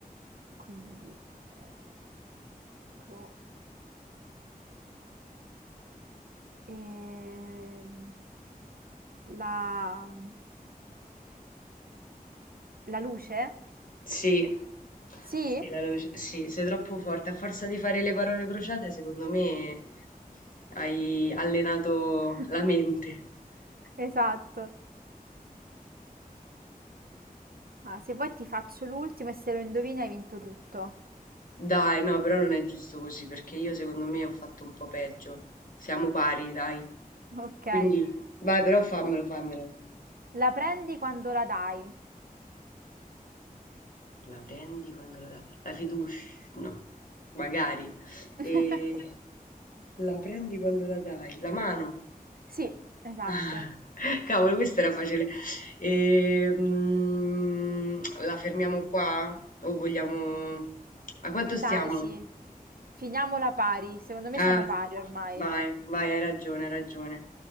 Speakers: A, on the right; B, on the left.
A: quindi, ehm, può ehm, la mhmm, la luce?
B: sì,
A: Sì?
B: sì, la luce, sì, sei troppo forte, a forza di fare le parole crociate, secondo me hai allenato
A: <laughs>
B: la mente.
A: Esatto. Ma se vuoi ti faccio l'ultimo e se lo indovini hai vinto tutto.
B: Dai, no, però non è giusto così, perché io secondo me ho fatto un po' peggio. Siamo pari, dai.
A: <laughs> Ok.
B: Quindi, vai, però fammelo, fammelo.
A: La prendi quando la dai.
B: La prendi quando la dà la fiducia, no, magari.
A: <laughs>
B: Ehm, la prendi quando la dai, la mano.
A: Sì, esatto.
B: Ah, <laughs> cavolo, questa era facile. Ehm, la fermiamo qua? O vogliamo... A quanto
A: Dai,
B: stiamo?
A: sì. Finiamola pari. Secondo me
B: Ah,
A: siamo pari ormai.
B: vai, vai, hai ragione, hai ragione.